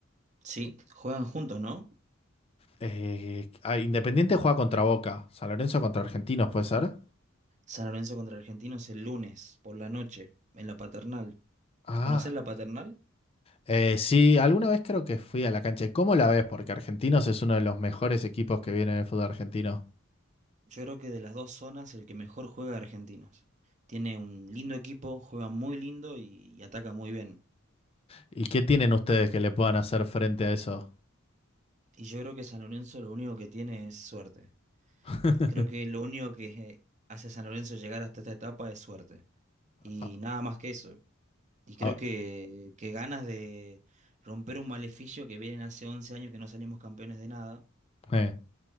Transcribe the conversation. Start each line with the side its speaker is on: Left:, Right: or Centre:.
Right: Sí, juegan juntos, ¿no?
Left: Eh, ah, Independiente juega contra Boca, San Lorenzo contra Argentinos, ¿puede ser?
Right: San Lorenzo contra Argentinos el lunes, por la noche, en la Paternal.
Left: Ah.
Right: ¿Conocés la Paternal?
Left: Eh, sí, alguna vez creo que fui a la cancha. ¿Cómo la ves? Porque Argentinos es uno de los mejores equipos que viene en el fútbol argentino.
Right: Yo creo que de las dos zonas el que mejor juega es Argentinos. Tiene un lindo equipo, juega muy lindo y, y ataca muy bien.
Left: ¿Y qué tienen ustedes que le puedan hacer frente a eso?
Right: Y yo creo que San Lorenzo lo único que tiene es suerte.
Left: <laughs>
Right: Creo que lo único que hace a San Lorenzo llegar hasta esta etapa es suerte. Y
Left: Ah,
Right: nada más que eso. Y creo
Left: ah,
Right: que, que ganas de romper un maleficio que vienen hace 11 años que no salimos campeones de nada.
Left: eh.